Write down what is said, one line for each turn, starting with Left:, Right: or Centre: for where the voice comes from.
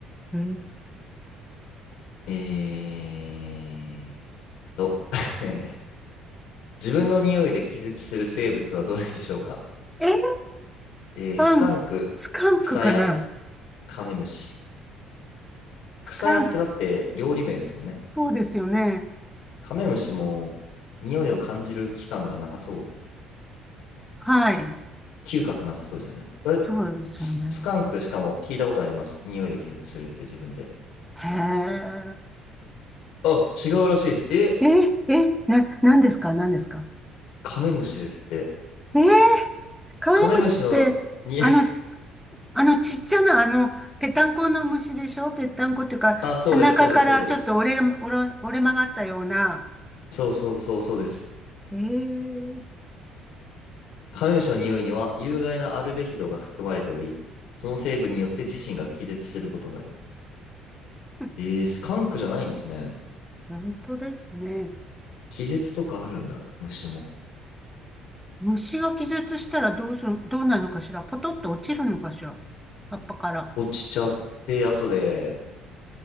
Centre: え
Left: えーっと <laughs> 自分の匂いで気絶する生物はどれでしょうか
Centre: え。え、
Left: えー、
Centre: パン、
Left: スカンク、
Centre: スカンクかな
Left: クサヤ、カメムシ。
Centre: スカンク、
Left: クサヤってだって料理名ですもんね。
Centre: そうですよね。
Left: カメムシも匂いを感じる器官がなさそう。
Centre: はい。
Left: 嗅覚なさそうですよね。これ、
Centre: そうですよね。
Left: ス、スカンクしかも聞いたことあります。匂いで気絶するって自分で。
Centre: へ
Left: あ、違うらしいです。え、
Centre: え。え、え、な、何ですか何ですか
Left: カメムシですって。
Centre: ええー、カメムシって、
Left: カメムシのに、
Centre: あの、あの、ちっちゃな、あの、ぺたんこの虫でしょぺったんこっていうか、
Left: <laughs> あ、そうです、
Centre: 背中からちょっと折れ、
Left: そうです、そうです。
Centre: 折れ、折れ曲がったような。
Left: そうそうそうそうです。
Centre: ええ、
Left: カメムシの匂いには有害なアルデヒドが含まれており、その成分によって自身が気絶することがあります。
Centre: <laughs>
Left: えー、スカンクじゃないんですね。
Centre: 本当ですね。
Left: 気絶とかあるんだ、虫も。
Centre: 虫が気絶したらどうする、どうなるのかしらポトッと落ちるのかしら葉っぱから。
Left: 落ちちゃって、後で